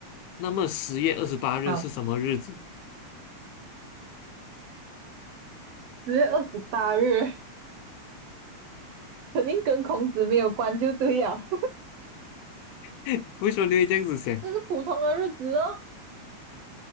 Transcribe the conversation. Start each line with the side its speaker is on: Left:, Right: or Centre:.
Left: 那么十月二十八日是什么日子？
Right: 好，十月二十八日肯定跟孔子没有关就对了，
Left: <laughs> 为什么你会这样子想？
Right: 这是普通的日子哦，